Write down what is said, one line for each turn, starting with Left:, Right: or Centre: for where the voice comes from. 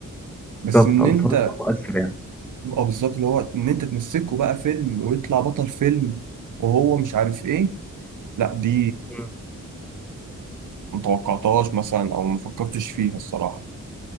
Right: بس
Centre: بالظبط
Right: ان
Centre: آه،
Right: انت
Centre: بس هو برضه مؤثر يعني
Right: اه بالظبط اللي هو ان انت تمسكه بقى فيلم ويطلع بطل فيلم وهو مش عارف ايه لا دي
Centre: مم.
Right: متوقعتهاش مثلا او مفكرتش فيها الصراحة